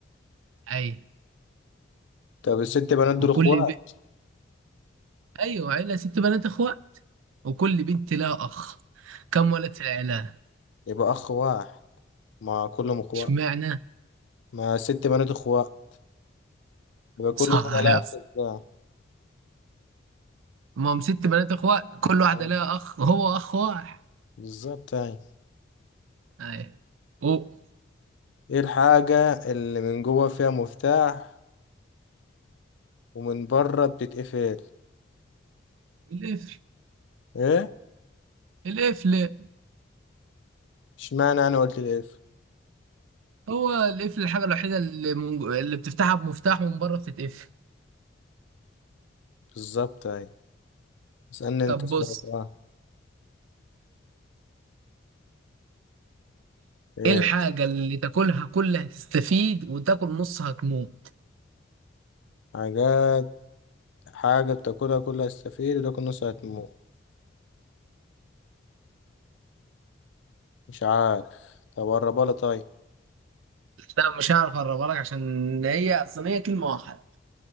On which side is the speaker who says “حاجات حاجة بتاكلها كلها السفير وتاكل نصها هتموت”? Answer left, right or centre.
Left